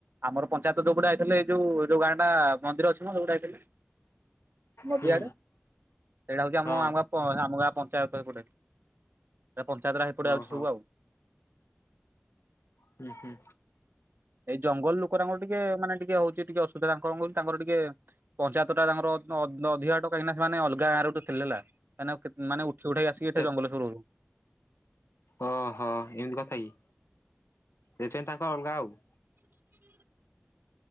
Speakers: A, on the right; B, on the left.
A: ଆମର ପଞ୍ଚାୟତ ଯେଉୋପଟେ ଆଇଥିଲେ ଏଇ ଯଉ ଯଉ ଗାଁଟା ମନ୍ଦିର ଅଛି ନା ସେଉପଟେ ଯାଇଥିଲେ। ନଦିଆଡରେ
B: ହୁଁ
A: ସେଇଟା ହଉଛି ଆମ
B: ହଁ
A: ଆମ ଆମା ପଞ୍ଚାୟତ ହୋଇ ପଡ଼େ ପଞ୍ଚାୟତରେ ହେପଡ଼ା ଯାଉଛି
B: ଓହୋ
A: ସବୁ ଆଉ।
B: ହୁଁ ହୁଁ
A: ଏ ଜଙ୍ଗଲ ଲୋକ ତାଙ୍କ ଟିକେ ମାନେ ଟିକେ ହଉଛି, ଟିକେ ଅସବିଧାଙ୍କର ତାଙ୍କର ଟିକେ ପଞ୍ଚାୟ ଟା ତାଙ୍କର ଅଧିକ ହାଟ କାଁକିନା ସେମାନେ ଅଲଗା ଗାଁରେ ଥିଲେ ହେଲା ମେ ମାନେ ଉ ସେଉଠାଇ ଆସିକି ଏଠା
B: ସେ
A: ଜଙ୍ଗଲ ଶରୁଉ-
B: ଓହୋ ଏମିତି କଥା କିଇ ଦେଛନ୍ତି ତାଙ୍କ ଅଲଗା ଆଉ।